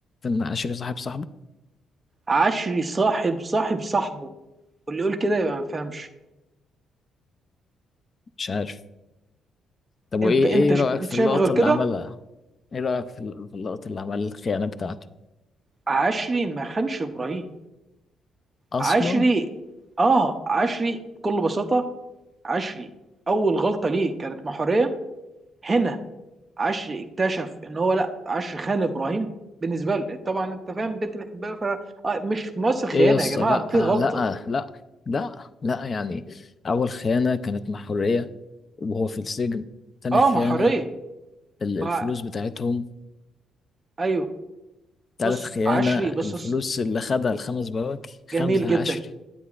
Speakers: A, on the left (about 30°); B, on the right (about 25°).
A: ان عشري صاحب صاحبه
B: عشري صاحب صاحب صاحبه واللي يقول كده يبقى ما فهمش
A: مش عارف طب وايه
B: انت انت
A: ايه
B: ش-
A: رايك
B: انت
A: في
B: شايف
A: اللقطه
B: غير كده
A: اللي عملها ايه رايك في ال- في اللقطه اللي عمل الخيانه بتاعته
B: عشري ما خانش ابراهيم
A: اصلا
B: عشري اه عشري بكل بساطه عشري اول غلطه ليه كانت محوريه هنا عشري اكتشف ان هو لا عشري خان ابراهيم بالنسبه له طبعا انت فاهم البنت بتحبها ف آه، مش ممثل خيانه
A: ايه يا اسطى
B: يا جماعه
A: لا
B: في غلطه
A: لا لا لا لا يعني اول خيانه كانت مع حريه وهو في السجن تاني
B: اه
A: خيانه
B: ما حريه
A: ال- الفلوس
B: ما
A: بتاعتهم
B: ايوه
A: تالت
B: بص
A: خيانة
B: عشري
A: الفلوس
B: بص بص،
A: اللي خدها الخمس بواكي
B: جميل
A: خمسة
B: جدا
A: عشري